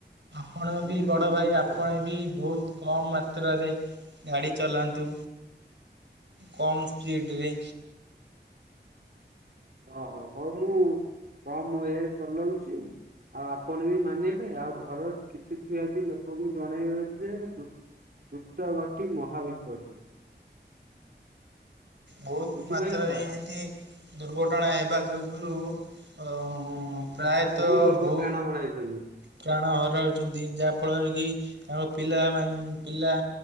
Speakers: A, on the right; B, on the right.
A: ଆପଣ ବି
B: ବୁଝି
A: ବଡ଼
B: ବୁଝି
A: ଭାଇ,
B: ବୁଝିପାରିଲେ।
A: ଆପଣ ବି ବହୁତ କମ୍ ମାତ୍ରାରେ ଗାଡ଼ି ଚଲାନ୍ତୁ, କମ୍ ସ୍ପିଡ଼ରେ।
B: ଓହୋ, ହଉ ମୁଁ କମ ରେ ଚଲଉଚି। ଆଉ ଆପଣ ବି ମାନିବେ, ଆଉ ଘର କିଛି ଥିବା ବି ଲୋକଙ୍କୁ ଜଣେଇବେ ଯେ, ଦୁ ଦୃତ ଗତି, ମହାବିପତ୍ତି।
A: ବହୁତ
B: ବୁଝିପାରିଲେ
A: ମାତ୍ରାରେ
B: ତ।
A: ଏମିତି ଦୁର୍ଘଟଣା ହେବା ଯୋଗୁରୁ ଉଁ ଉଁ ପ୍ରାୟତଃ
B: ବହୁତ
A: ଭୁ
B: <unintelligible>
A: ପ୍ରାଣ ହରାଉଚନ୍ତି, ଯାହାଫଳରେ କି ତାଙ୍କ ପିଲାମାନେ ପିଲା